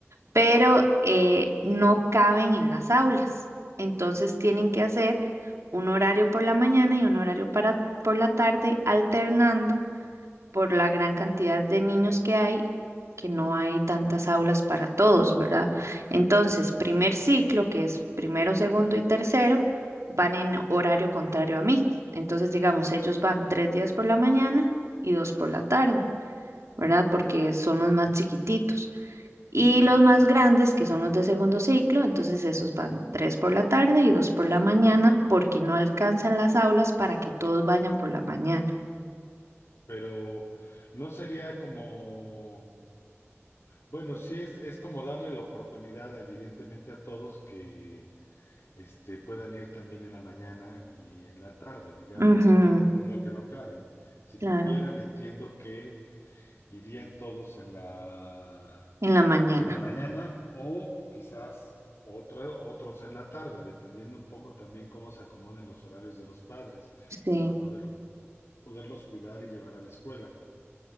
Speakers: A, on the right; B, on the left.
A: Pero eh, no caben en las aulas. Entonces tienen que hacer un horario por la mañana y un horario para, por la tarde, alternando por la gran cantidad de niños que hay, que no hay tantas aulas para todos, ¿verdad? Entonces, primer ciclo, que es primero, segundo y tercero, van en horario contrario a mí. Entonces, digamos, ellos van tres días por la mañana y dos por la tarde, ¿verdad? Porque son los más chiquititos. Y
B: Sí.
A: los más grandes, que son los de segundo ciclo, entonces esos van tres por la tarde y dos por la mañana, porque no alcanzan las aulas para que todos vayan por la mañana.
B: Pero no sería como, bueno, sí es, es como darle la oportunidad evidentemente a todos que este, puedan ir también en la mañana y en la tarde, digamos,
A: Ujú,
B: por lo menos que no caben. Si
A: claro.
B: cupieran, entiendo que Irían todos en la,
A: En la mañana,
B: en la mañana o quizás otra- otros en la tarde, dependiendo un poco también cómo se acomoden los horarios de los padres
A: sí.
B: para poder, poderlos cuidar y llevar a la escuela.